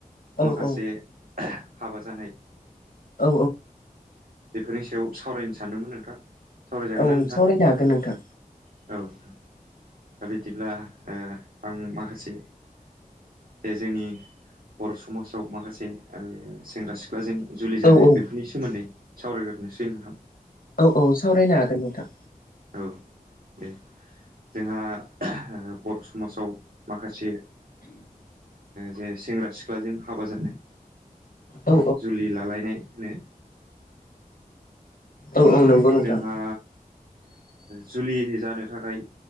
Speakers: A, on the left; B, on the right.
A: औ
B: माखासे
A: औ
B: हाबा जानाय
A: औ
B: बेफोरनि सायाव सावरायनो सानदोंमोन नोंथां। सावरायजागोन
A: औ
B: ना नोंथां?
A: सावरायनो हागोन नोंथां
B: - औ - औ दा बिदिब्ला ओ आं माखासे। जे जोंनि बर' समाजाव माखासे सेंग्रा सिख्लाजों जुलि जानाय
A: औ औ
B: बेफोरनि सोमोन्दै सावरायग्रोनोसै नोंथां।
A: औ औ सावरायनो हागोन नोंथां।
B: औ दे। जोंहा बर' समाजाव माखासे जे सेंग्रा सिख्लाजों हाबा जानाय।
A: औ
B: जुलि लालायनाय होनो।
A: औ औ नंगौ नोंथां
B: जोंहा जुलि जानो थाखाय